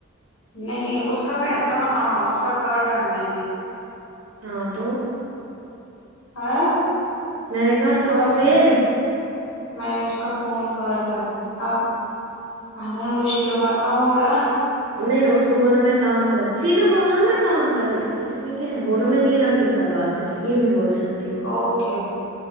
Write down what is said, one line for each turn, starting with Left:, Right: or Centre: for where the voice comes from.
Left: نہیں اس کا میں کہاں ہاں اس کا کاٹا میں نے
Right: ہاں تو
Left: ہاں
Right: میں نے کہا تو
Left: بس
Right: فر
Left: ٹھیک میں نے اس کا فون کاٹا اب اگر مشکل مت نہ ہوگا
Right: نہیں اس کو بولو میں کام کر رہی سیدھے بولو نا میں کام کر رہی تھی میں کیا ہے بولو میں نیلم کے ساتھ بات کری یہ بھی بول سک تی ہو
Left: اوکے